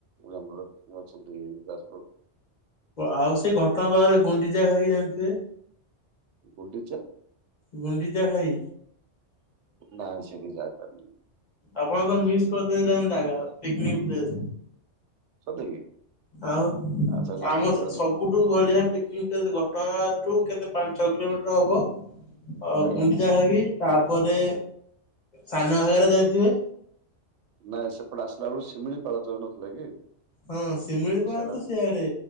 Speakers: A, on the right; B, on the left.
A: ଆମର ଅଛନ୍ତି ଯାଜପୁର।
B: ଆଉ ସେଇ ଘଟଗାଁ ପାଖରେ ଗୁଣ୍ଡିଚା ଘାଇ ଜାଣିଥିବେ।
A: ଗୁଣ୍ଡିଚା।
B: ଗୁଣ୍ଡିଚା ଘାଇ।
A: ନାଇ ସେଠିକି ଯାଇପାରନି।
B: ଆପଣ ତ ମିସ୍ କରିଦେଇଛନ୍ତି ଜାଗା ପିକନିକ ପ୍ଲେସ।
A: ସତେକି
B: ଆଉ
A: ଆଚ୍ଛା ନେକ୍ସଟ
B: ଆମ
A: ପ୍ରୋଗ୍ରାମ
B: ସେ ସବୁ। ସବୁଠୁ ବଢିଆ ପିକନିକ ପ୍ଲେସ ଘଟଗାଁ ଠୁ କେତେ ପାଞ୍ଚ ଛଅ କିଲୋମିଟର ହବ। ଆଉ
A: ଆଜ୍ଞା
B: ଗୁଣ୍ଡିଚା ଘାଇ ତାପରେ ସାନ ଘାଘରା ଯାଇଥିବେ।
A: ନାଇଁ ସେପଟେ ଆସିଲା ବେଳ ଶିମିଳି ପାଳ ଯୋଉ ନଥିଲା କି।
B: ହୁଁ ଶିମିଳିପାଳ
A: ସେଇଟା
B: ତ ସିଆଡେ